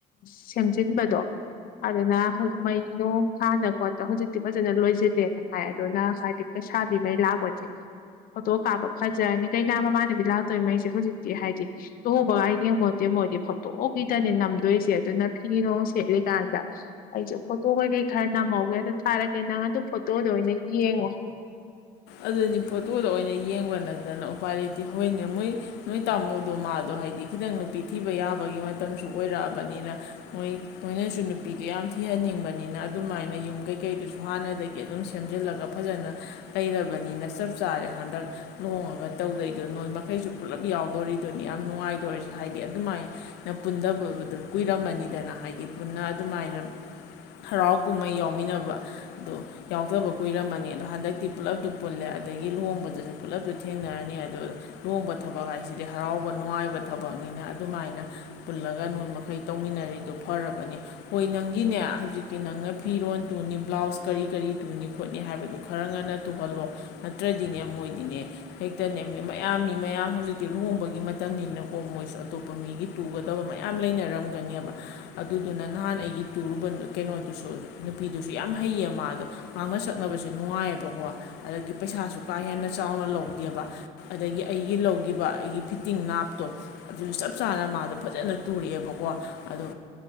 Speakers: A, on the left (about 60°); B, on the left (about 80°).
A: ꯁꯦꯝꯖꯤꯟꯕꯗꯣ ꯑꯗꯨꯅ ꯃꯩ ꯅꯣꯡ ꯊꯥꯅ ꯈꯣꯠꯇ ꯍꯧꯖꯤꯛꯇꯤ ꯐꯖꯅ ꯂꯣꯏꯁꯤꯜꯂꯦꯅ ꯍꯥꯏ ꯑꯗꯨꯅ ꯍꯥꯏꯗꯤ ꯄꯩꯁꯥꯕꯤꯉꯩ ꯂꯥꯛꯄꯁꯦ ꯐꯣꯇꯣ ꯀꯥꯞꯄ ꯐꯖꯔꯅꯤ ꯀꯩꯅꯥ ꯃꯃꯥꯟꯅꯕꯤ ꯂꯥꯛꯇꯣꯏꯉꯩꯁꯦ ꯍꯧꯖꯤꯛꯇꯤ ꯍꯥꯏꯗꯤ ꯂꯨꯍꯣꯡꯕꯒ ꯌꯦꯡꯄꯣꯠꯇꯦ ꯃꯣꯏꯗꯤ ꯐꯣꯇꯣꯒꯤꯗꯅꯦ ꯅꯝꯗꯣꯏꯁꯦ ꯑꯗꯨꯅ ꯐꯤ ꯅꯨꯡ ꯁꯦꯠꯂꯤꯀꯥꯟꯗ ꯑꯩꯁꯨ ꯐꯣꯇꯣ ꯀꯩꯀꯩ ꯈꯔ ꯅꯝꯍꯧꯒꯦ ꯑꯗꯨ ꯊꯥꯔꯛꯀꯦ ꯅꯪ ꯑꯗꯨꯝ ꯐꯣꯇꯣꯗꯣ ꯑꯣꯏꯅ ꯌꯦꯡꯉꯣ
B: ꯑꯗꯨꯅꯤ ꯐꯣꯇꯣꯗ ꯑꯣꯏꯅ ꯌꯦꯡꯕ ꯅꯠꯇꯅ ꯎꯄꯥꯏ ꯂꯩꯇꯦ ꯍꯣꯏꯅꯦ ꯃꯣꯏ ꯅꯣꯏ ꯇꯥꯃꯣꯗꯣ ꯃꯥꯗꯣ ꯍꯥꯏꯗꯤ ꯈꯤꯇꯪ ꯅꯨꯄꯤ ꯊꯤꯕ ꯌꯥꯕꯒꯤ ꯃꯇꯝꯁꯨ ꯑꯣꯏꯔꯛꯑꯕꯅꯤꯅ ꯃꯣꯏ ꯅꯣꯏꯅꯁꯨ ꯅꯨꯄꯤꯗꯣ ꯌꯥꯝ ꯊꯤꯍꯟꯅꯤꯡꯕꯅꯤꯅ ꯑꯗꯨꯃꯥꯏꯅ ꯌꯨꯝ ꯀꯩꯀꯩꯗꯨꯁꯨ ꯍꯥꯟꯅꯗꯒꯤ ꯑꯗꯨꯝ ꯁꯦꯝꯖꯤꯜꯂꯒ ꯐꯖꯅ ꯂꯩꯔꯕꯅꯤꯅ ꯆꯞ ꯆꯥꯔꯦ ꯍꯟꯗꯛ ꯂꯣꯡꯉꯒ ꯇꯧꯗꯣꯏꯔꯤꯗꯣ ꯅꯣꯏ ꯃꯈꯩꯁꯨ ꯄꯨꯂꯞ ꯌꯥꯎꯗꯣꯔꯤꯗꯨꯅꯤ ꯌꯥꯝ ꯅꯨꯡꯉꯥꯏꯗꯣꯔꯤꯁꯦ ꯍꯥꯏꯗꯤ ꯑꯗꯨꯃꯥꯏꯅ ꯄꯨꯟꯗꯕꯕꯗꯨ ꯀꯨꯏꯔꯝꯃꯅꯤꯗꯅ ꯍꯥꯏꯗꯤ ꯄꯨꯟꯅ ꯑꯗꯨꯃꯥꯏꯅ ꯍꯔꯥꯎ ꯀꯨꯝꯍꯩ ꯌꯥꯎꯃꯤꯟꯅꯕ ꯑꯗꯣ ꯌꯥꯎꯗꯕ ꯀꯨꯏꯔꯝꯃꯅꯤ ꯑꯗꯣ ꯍꯟꯗꯛꯇꯤ ꯄꯨꯜꯂꯞꯇꯨ ꯄꯨꯜꯂꯦ ꯑꯗꯒꯤ ꯂꯨꯣꯡꯕꯗꯁꯨ ꯄꯨꯜꯂꯞꯇꯨ ꯊꯦꯡꯅꯔꯅꯤ ꯑꯗꯨ ꯂꯨꯍꯣꯡꯕ ꯊꯕꯛ ꯍꯥꯏꯁꯤꯗꯤ ꯍꯔꯥꯎꯕ ꯅꯨꯡꯉꯥꯏꯕ ꯊꯕꯛꯅꯤꯅ ꯑꯗꯨꯃꯥꯏꯅ ꯄꯨꯜꯂꯒ ꯅꯣꯏ ꯃꯈꯩ ꯇꯧꯃꯤꯟꯅꯔꯤꯗꯣ ꯐꯔꯕꯅꯤ ꯍꯣꯏ ꯅꯪꯒꯤꯅꯦ ꯍꯧꯖꯤꯛꯇꯤ ꯅꯪꯅ ꯐꯤꯔꯣꯜ ꯇꯨꯅꯤ ꯕ꯭ꯂꯥꯎꯁ ꯀꯔꯤ ꯀꯔꯤ ꯇꯨꯅꯤ ꯈꯣꯠꯅꯤ ꯍꯥꯏꯕꯗꯨ ꯈꯔ ꯉꯟꯅ ꯇꯨꯍꯜꯂꯣ ꯅꯠꯇ꯭ꯔꯗꯤꯅꯦ ꯃꯣꯏꯗꯤꯅꯦ ꯍꯦꯛꯇꯅꯦ ꯃꯌꯥꯝ ꯃꯤ ꯃꯌꯥꯝ ꯍꯧꯖꯤꯛꯇꯤ ꯂꯨꯍꯣꯡꯕꯒꯤ ꯃꯇꯝꯅꯤꯅꯀꯣ ꯃꯣꯏꯁꯨ ꯑꯇꯣꯞꯄ ꯃꯤꯒꯤ ꯄꯨꯒꯗꯕ ꯃ ꯌꯥꯝ ꯂꯩꯅꯔꯝꯒꯅꯦꯕ ꯑꯗꯨꯗꯨꯅ ꯅꯍꯥꯟ ꯑꯩꯒꯤ ꯇꯨꯔꯨꯕ ꯀꯩꯅꯣꯗꯨꯁꯨ ꯅꯨꯄꯤꯗꯨꯁꯨ ꯌꯥꯝ ꯍꯩꯌꯦ ꯃꯥꯗꯣ ꯉꯥꯡꯅ ꯁꯛꯅꯕꯁꯦ ꯅꯨꯡꯉꯥꯏꯌꯦꯕꯀꯣ ꯑꯗꯒꯤ ꯄꯩꯁꯥꯁꯨ ꯀꯥ ꯍꯦꯟꯅ ꯆꯥꯎꯅ ꯂꯧꯗꯦꯕ ꯑꯗꯒꯤ ꯑꯩꯒꯤ ꯂꯧꯈꯤꯕ ꯑꯩꯒꯤ ꯐꯤꯠꯇꯤꯡ ꯅꯥꯞꯇꯣ ꯑꯗꯨꯁꯨ ꯆꯞ ꯆꯥꯅ ꯃꯥꯗꯣ ꯐꯖꯅ ꯇꯨꯔꯛꯑꯦꯕꯀꯣ ꯑꯗꯣ